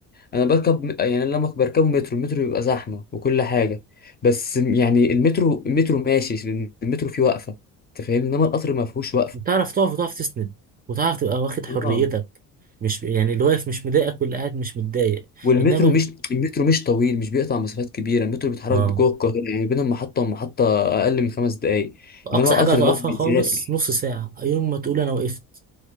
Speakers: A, on the left; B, on the right.
A: انا بركب يعني لما بركبه مترو المترو بيبقى زحمة وكل حاجة بس يعني المترو المترو ماشي المترو فيه وقفة انت فاهمني انما القطر ما فيهوش
B: تعرف تقف وتعرف تسند وتعرف تبقى واخد حريتك
A: وقفة
B: مش يعني اللي واقف مش مضايقك واللي قاعد مش متضايق
A: والمترو
B: انما
A: مش المترو مش طويل مش بيقطع مسافات كبيره المترو بيتحرك
B: اه
A: جوه القاهره يعني بين المحطه والمحطه اقل من خمس دقائق
B: اقصى
A: انما القطر
B: حاجه هتقفها
A: ده بيسافر
B: خالص نص ساعه يوم ما تقول انا وقفت